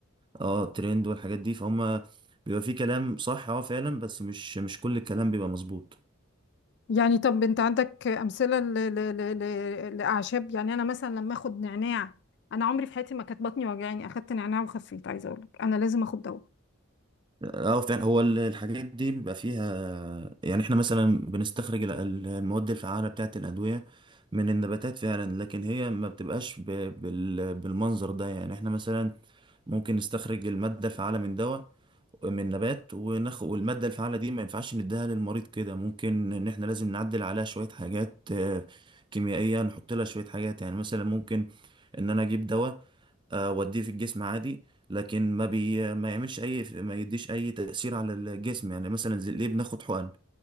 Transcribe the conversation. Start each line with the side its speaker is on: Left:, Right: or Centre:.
Right: اه ترند والحاجات دي فهم بيبقى في كلام صح اه فعلا بس مش مش كل الكلام بيبقى مظبوط
Left: يعني طب انت عندك امثله ل... ل... ل... ل... لاعشاب يعني انا مثلا لما اخد نعناع انا عمري في حياتي ما كانت بطني وجعاني اخدت نعناع وخفيت عايزه اقول لك انا لازم اخد دواء
Right: اه فعلا هو ال- الحاجات دي بيبقى فيها يعني احنا مثلا بنستخرج ال- ال- المواد الفعالة بتاعة الأدوية من النباتات فعلا لكن هي ما بتبقاش ب- بال- بالمنظر ده يعني احنا مثلا ممكن نستخرج المادة الفعالة من دواء من نبات وناخد والمادة الفعالة دي ما ينفعش نديها للمريض كده ممكن ان احنا لازم نعدل عليها شوية حاجات آه، كيميائية نحط لها شوية حاجات يعني مثلا ممكن ان انا اجيب دواء آه، واديه في الجسم عادي لكن ما بي ما يعملش اي ما يديش اي تاثير على الجسم يعني مثلا زي- ليه بناخد حقن